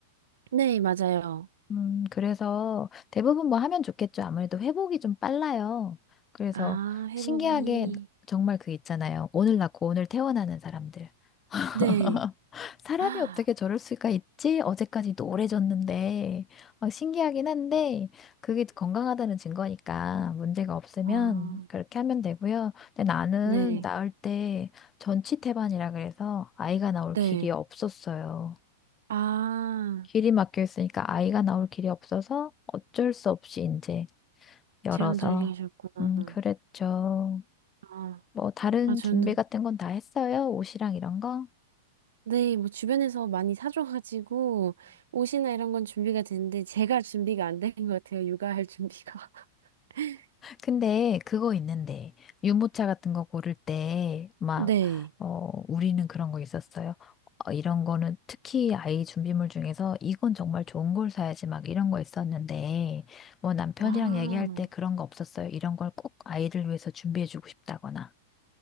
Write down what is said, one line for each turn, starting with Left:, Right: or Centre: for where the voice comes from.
Right: 네, 맞아요.
Left: 음, 그래서 대부분 뭐 하면 좋겠죠. 아무래도 회복이 좀 빨라요. 그래서
Right: 아, 회복이.
Left: 신기하게 정말 그 있잖아요. 오늘 낳고 오늘 퇴원하는 사람들. <laughs>
Right: 네.
Left: 사람이
Right: <gasps> 아,
Left: 어떻게 저럴 수가 있지? 어제까지 노래졌는데 막 신기하긴 한데 그게 건강하다는 증거니까 문제가 없으면
Right: 아,
Left: 그렇게 하면 되고요. 근데 나는
Right: 네,
Left: 낳을 때 전치태반이라 그래서 아이가 나올
Right: 네.
Left: 길이 없었어요.
Right: 아,
Left: 길이 막혀 있으니까 아이가 나올 길이 없어서 어쩔 수 없이 이제 열어서
Right: 제왕절개 하셨구나.
Left: 음 그랬죠.
Right: 아,
Left: 뭐 다른
Right: 아, 저는.
Left: 준비 같은 건 다 했어요? 옷이랑 이런 거?
Right: 네, 뭐 주변에서 많이 사줘가지고 옷이나 이런 건 준비가 됐는데 제가 준비가 안 된 것 같아요. 육아할 준비가. <laughs>
Left: 근데 그거 있는데 유모차 같은 거 고를 때 막
Right: 네.
Left: 어, 우리는 그런 거 있었어요. 어, 이런 거는 특히 아이 준비물 중에서 이건 정말 좋은 걸 사야지 막 이런 거 있었는데 뭐 남편이랑
Right: 아,
Left: 얘기할 때 그런 거 없었어요. 이런 걸 꼭 아이를 위해서 준비해주고 싶다거나.